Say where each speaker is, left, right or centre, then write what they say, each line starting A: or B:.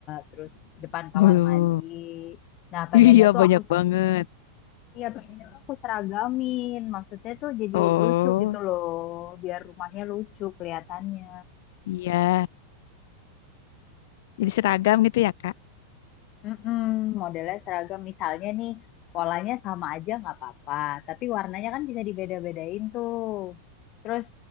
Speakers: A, on the left; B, on the left.
A: terus depan kamar
B: Wuh.
A: mandi. Nah, pengennya
B: Iya
A: tuh
B: banyak
A: aku,
B: banget.
A: iya pengennya tuh aku seragamin, maksudnya tuh jadi
B: Oh,
A: lucu gitu loh, biar rumahnya lucu kelihatannya.
B: iya. Jadi seragam gitu ya Kak?
A: Mm-mm, modelnya seragam misalnya nih polanya sama aja nggak apa-apa, tapi warnanya kan bisa dibeda-bedain tuh. Terus